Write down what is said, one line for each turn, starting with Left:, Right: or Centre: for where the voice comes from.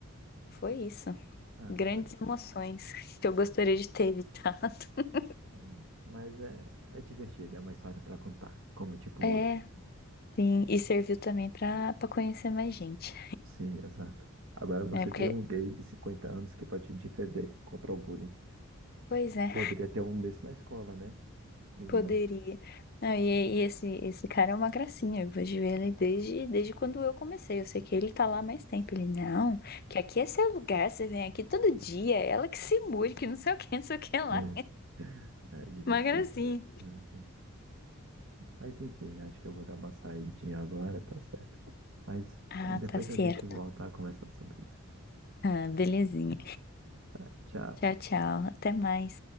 Left: Foi isso.
Right: Ah,
Left: Grandes
Right: mas,
Left: emoções que eu gostaria de ter evitado. <laughs>
Right: é, mas é, é divertido, é uma história para contar, como tipo hoje.
Left: É, sim. E serviu também pra, pra conhecer mais gente.
Right: Sim, exato. Agora você
Left: É, porque,
Right: tem um gay de 50 anos que pode te defender contra o bullying.
Left: pois é.
Right: Poderia ter um desse na escola, né? E
Left: Poderia.
Right: não.
Left: Não, e, e esse, esse cara é uma gracinha. Eu vejo ele desde, desde quando eu comecei. Eu sei que ele tá lá há mais tempo. Ele, não, que aqui é seu lugar, você vem aqui todo dia, é ela que se mude, que não sei o que, não sei o que lá.
Right: É é divertido.
Left: Uma gracinha.
Right: Uhum. Mas enfim, acho que eu vou dar uma saidinha agora, tá certo. Mas
Left: Ah,
Right: depois
Left: tá certo.
Right: a gente volta a conversar sobre isso.
Left: Ah, belezinha.
Right: Tá, tchau.
Left: Tchau, tchau. Até mais.